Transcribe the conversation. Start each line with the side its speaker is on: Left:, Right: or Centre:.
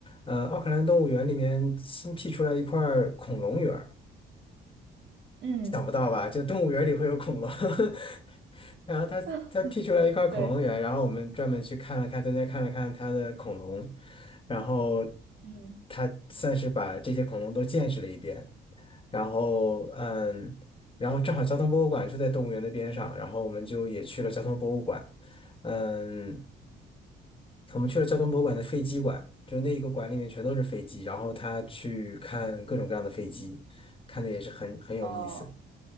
Left: 呃，奥克兰动物园里面新辟出来一块儿恐龙园。
Right: 嗯
Left: 想不到吧？就动物园里会有恐龙，<laughs> 然后他他辟出来一块恐龙园，
Right: <laughs> 对，
Left: 然后我们专门去看了看，在那看了看他的恐龙，然后
Right: 嗯。
Left: 他算是把这些恐龙都见识了一遍。然后嗯，然后正好交通博物馆就在动物园的边上，然后我们就也去了交通博物馆，嗯，我们去了交通博物馆的飞机馆，就那一个馆里面全都是飞机，然后他去看各种各样的飞机，看的也是很很有意思
Right: 哦